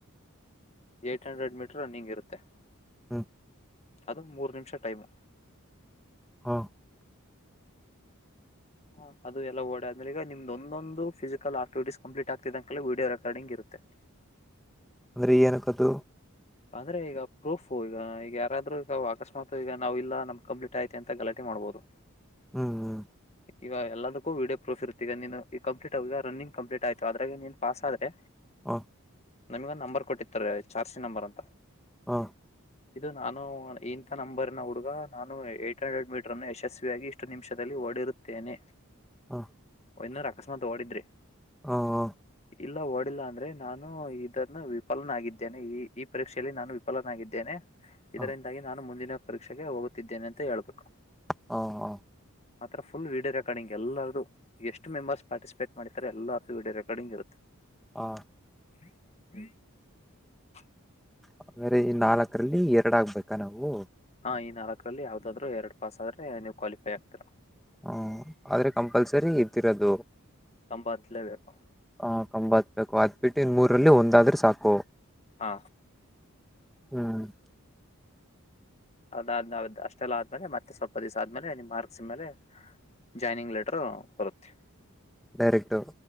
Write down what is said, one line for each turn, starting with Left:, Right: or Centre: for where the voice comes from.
Left: ಏಟ್ ಹಂಡ್ರೆಡ್ ಮೀಟರ್ ರನ್ನಿಂಗ್ ಇರುತ್ತೆ.
Centre: ಹ್ಮ
Left: ಅದು ಮೂರು ನಿಮಿಷ ಟೈಮು.
Centre: ಹಾ
Left: ಹಾ ಅದುದೆಲ್ಲ ಡೆ ಆದೇಲೆ ಈಗ ನಿದೊನಂದು ಫಿಕಲ್ ಆಕ್ಟಿಟ ಕಂಪ್ಲೀ ಆಗ್ತಿದೆ ಅ ಕೇಳ ವಡಿಯೋ ರೆಕಾರ್ಡಿಂಗ್ ಇರುತ್ತೆ. <unintelligible>
Centre: <unintelligible> ಕದು
Left: ಅಂದ್ರೆ ಈಗ ಪ್ರೂಫು ಈಗ ಈಗ ಯಾರಾದ್ರರು ಈಗ ಅಕಸ್ಮಾತ್ ಈಗ ನಾವವು ಇಲ್ಲ ನಮ್ ಕಂಪ್ಲೀಟ್ ಆಯತಿ ಅಂತ ಗಲಾಟೆ ಮಾಡ್ಬೋದು‌.
Centre: ಹ್ಮ್ ಹ್ಮ್
Left: ಈಗ ಎಲ್ಲದಕ್ಕೂ ವಿಡಿಯೋ ಪ್ರೂಫ್ ಇರುತ್ತ ಈಗ ನೀನು ಈ ಕಂಪ್ಲೀಟ್ ಈ ರಿಂಗ್ ಕಂಪ್ಲೀಟ್ ಆಯ್ತು ಅದ್ರಗ್ ನೀನ್ ಪಾಸ್ ಆದ್ರೆ
Centre: ಹಾ
Left: ನಮಗೊಂದ್ ನಂಬರ್ ಕೊಟ್ಟಿತ್ತಾರೆ ಚಾರ್ಸಿ ನಂಬರ್ ಅಂತ.
Centre: ಹಾ
Left: ಇದು ನಾನು ಇಂತ ನಂಬರ್ನ ಹುಡುಗ ನಾನು ಏಟ್ ಹಂಡ್ರೆಡ್ ಮೀಟರ್ ನ ಯಶಸ್ವಿಯಾಗಿ ಇಷ್ಟು ನಿಮಿಷದಲ್ಲಿ ಓಡಿರುತ್ತ ತೇನೆ.
Centre: ಹಾ
Left: ವಿನ್ನೂರ್ ಅಕಸ್ಮಾತ್ ಓಡಿದ್ರೆ.
Centre: ಹ ಹ
Left: ಇಲ್ಲ ಓಡಿಲ್ಲ ಅಂದ್ರೆ ನಾನು ಇದನ್ನು ವಿಫಲನಾಗಿದ್ದೇನೆ ಈ ಈ ಪರೀಕ್ಷೆಯಲ್ಲಿ ನಾನು ವಿಫಲನಾಗಿದ್ದೇನೆ. ಇದರಿಂದಾಗಿ
Centre: ಹ ಹ
Left: ನಾನು ಮುಂದಿನ ಪರೀಕ್ಷೆಗೆ ಹೋಗುತ್ತಿದ್ದೇನೆ ಅಂತ ಹೇಳ್ಬೇಕು.
Centre: ಹಾ ಹಾ.
Left: ಆ ಥರ ಫುಲ್ ವಡಿಯೋ ರೆಕಾರ್ಡಿಂಗ್ ಎಲ್ಲಾರದು ಎಷ್ಟು ಮೆಂಬರ್ಸ್ ಪಾರ್ಟಿಸಿಪೇಟ್ ಮಾಡತಾರೆ ಎಲ್ಲಾರದು ವಿ ಡಿಯೋ ರೆಕಾರ್ಡಿಂಗ್ ಇರುತ್ತೆ.
Centre: ಹಾ <inaudible>
Left: ಹ್ಮ ಹ್ಮ್ <inaudible>
Centre: ಆದೇರೆ ನಾಲ್ಕರಲ್ಲಿ ಎರಡು ಆಗ್ಬೇಕಾ ನಾವು.
Left: ಹ ಈ ನಾಲ್ಕರಲ್ಲಿ ಯಾವ್ದಾದ್ರು ಎರಡು ಪಾಸ್ ಆದ್ರೆ ನೀವು ಕ್ವಾಲಿಫೈ ಆಗ್ತೀರ.
Centre: ಹ್ಮ ಆದ್ರೆ ಕಂಪಲ್ಸರಿ ಇದ್ದಿರೋದು.
Left: ಕಂಬ ಹಾತ್ಲೇಬೇಕು.
Centre: ಹ ಕಂಬ ಹತ್ಬೇಕು ಅದ್ ಬಿಟ್ಟು ಇನ್ ಮೂರಲ್ಲಿ ಒಂದಾದ್ರೆ ಸಾಕು.
Left: ಹಾ
Centre: ಹ್ಮ್ <inaudible>
Left: ಅದಾದ ಆದ್ಮ್ದ್ ಅಷ್ಟೆಲ್ಲ ಆದ್ಮೇಲೆ ಮತ್ತೆ ಸ್ವಲ್ಪ ದಿವಸ ಆದ್ಮೇಲೆ ನಿಮ್ ಮಾರ್ಕ್ಸ್ಮೇಲೆ. ಜಾಯ್ನಿಂಗ್ ಲೆಟರು ಬರುತ್ತೆ.
Centre: ಡೈರೆಕ್ಟ್